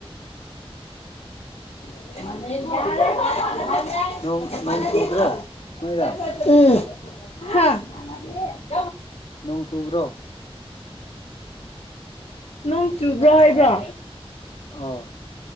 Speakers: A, on the left; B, on the left.
A: ꯃꯕꯨ ꯃꯅꯕ
B: ꯅꯣꯡ ꯅꯣꯡ ꯆꯨꯗ꯭ꯔꯣ
A: ꯎꯝ
B: ꯅꯣꯏꯗ
A: ꯍꯥ
B: ꯅꯣꯡ ꯆꯨꯕ꯭ꯔꯣ
A: ꯅꯪ ꯆꯨꯕ꯭ꯔꯣ ꯍꯥꯏꯕ꯭ꯔꯣ
B: ꯑꯣ